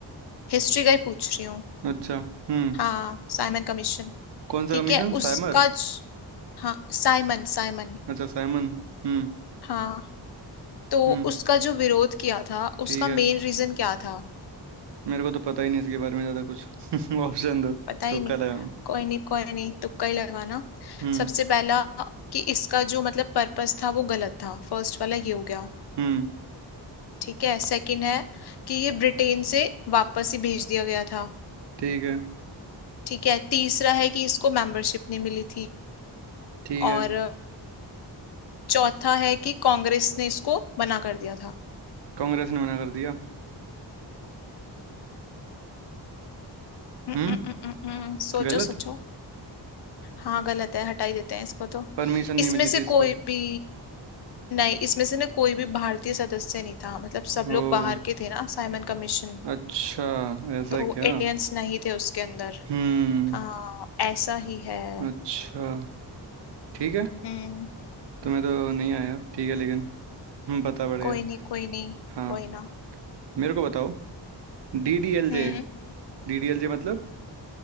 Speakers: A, on the left; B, on the right.
A: हिस्ट्री का ही पूछ रही हूँ
B: अच्छा हम्म
A: हाँ साइमन कमीशन
B: कौन सा
A: ठीक
B: कमीशन
A: है उसका
B: साइमर
A: ज- हाँ साइमन साइमन
B: अच्छा साइमन हम्म
A: हाँ तो
B: हम्म
A: उसका जो विरोध किया था
B: ठीक
A: उसका
B: है
A: मेन रीजन क्या था
B: मेरे को तो पता ही नहीं इसके बारे में ज्यादा कुछ <laughs> ऑप्शन दो
A: पता ही
B: तो कर
A: नहीं
B: रहा हूँ
A: कोई नहीं कोई नहीं तुक्का ही लगाना
B: हम्म
A: सबसे पहला कि इसका जो मतलब पर्पस था वो गलत था फर्स्ट वाला ये हो गया
B: हम्म
A: ठीक है सेकंड है कि ये ब्रिटेन से वापस ही भेज दिया गया था
B: ठीक है
A: ठीक है तीसरा है कि इसको मेंबरशिप नहीं मिली थी
B: ठीक
A: और
B: है
A: अ, चौथा है कि कांग्रेस ने इसको मना कर दिया था
B: कांग्रेस ने मना कर दिया
A: हम्म,
B: हम्म
A: हम्म, हम्म, हम्म, हम्म, सोचो
B: गलत
A: सोचो हाँ गलत है हटा ही देते हैं इसको तो
B: परमिशन नहीं
A: इसमें
B: मिली
A: से
B: थी इसको
A: कोई भी नहीं इसमें से ना कोई भी भारतीय सदस्य नहीं था मतलब सब
B: ओ
A: लोग बाहर के थे ना साइमन कमीशन
B: अच्छा ऐसा
A: तो
B: क्या
A: इंडियंस नहीं थे उसके अंदर
B: हम्म
A: हाँ ऐसा ही है
B: अच्छा ठीक है
A: हम्म
B: तुम्हें तो नहीं आया ठीक है लेकिन हम्म पता पड़ेगा
A: कोई नहीं कोई नहीं
B: हाँ
A: कोई ना
B: मेरे को बताओ डीडीएलजे
A: हम्म
B: डीडीएलजे मतलब